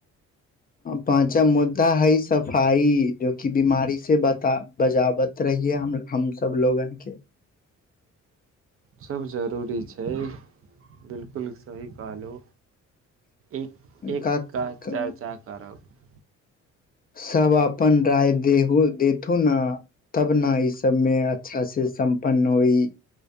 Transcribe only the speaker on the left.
पाँचम मुद्दा है सफाई जो कि बीमारी से बता बजावत रहै हि हमस लोगन के
का
का
सब अपन राय दे देथु ने तब न ई सबमें अच्छा से सम्पन्न होई